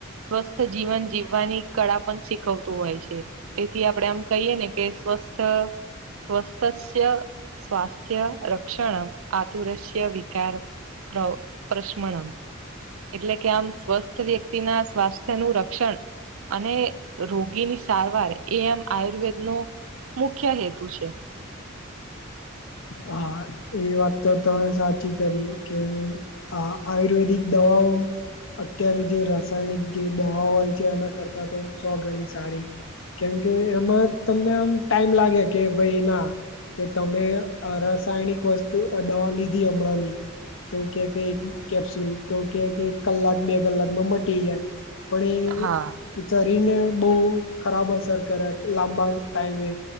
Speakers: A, on the right; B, on the left.
A: સ્વસ્થ જીવન જીવવાની કળા પણ શીખવતું હોય છે તેથી આપણેે આમ કહીય ને કે સ્વસ્થ સ્વસ્થ સ્વાસ્થ થ રક્ષણમ આતુરશ વિકાર પ્ર પ્રશ્મણં એટલે કે આમ સ્વસ્થ વ્યક્તિ ના સ્વાસ્થ્ય નું રક્ષણ અને રોગીની સારવાર એ આમ આયુર્વેદ નો મુખ્ય હેતુ છે
B: હા એ વાત તો તમે સાચી કરી કે હ આયુર્વેદિક દવાઓ અત્યારે જે રાસાયણિક જે દવાઓ હોય છે એના કરતા તો સો ગણી સારી કેમ કે એમાં તમને આમ ટાઈમ લાગે કે ભાઈ ના કે તમે અ રાસાયણિક વસ્તુ દવા લીધી હમણાં ની તો કે કે એક કેપ્સ્યુલ તો કે કે કલાક બે કલાકમાં મટી જાય પણ
A: હા
B: એ શરીર ને બહુ ખરાબ અસર કરે લાંબા ટાઈમે